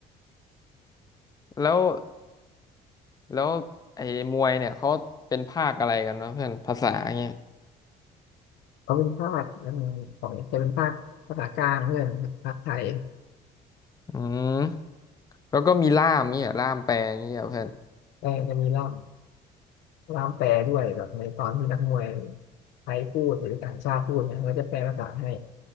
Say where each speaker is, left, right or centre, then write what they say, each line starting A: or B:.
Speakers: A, on the left; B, on the left.
A: แล้วแล้วไอ้มวยเนี่ยเขาเป็นภาคอะไรกันวะเพื่อนภาษาเงี้ย
B: เขาเป็นภาคอืมของจะเป็นภาคภาษากลางเพื่อนภาคไทย
A: อืมแล้วก็มีล่ามเงี้ยล่ามแปลเงี้ยเพื่อน
B: แต่จะมีล่ามล่ามแปลด้วยแบบในตอนที่นักมวยไทยพูดหรือต่างชาติพูดเนี่ยเขาจะแปลภาษาให้